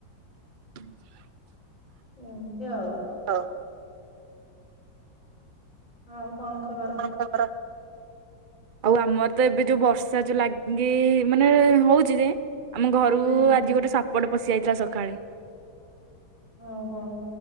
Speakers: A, on the right; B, on the left.
A: <inaudible>
B: ଏମିତି ଆଉ
A: ହଉ
B: ଆଉ କଣ ଖବର?
A: କଣ ଖବର ଆଉ ଆମର ତ ଏବେ ଯୋଉ ବର୍ଷା ଯୋଉ ଲାଗି ମାନେ ହଉଚି ଯେ ଆମ ଘରୁକୁ
B: ହୁଁ ହୁଁ
A: ଆଜି ଗୋଟେ ସାପଟେ ପଶି ଆଇଥିଲା ସକାଳେ
B: ଓହୋ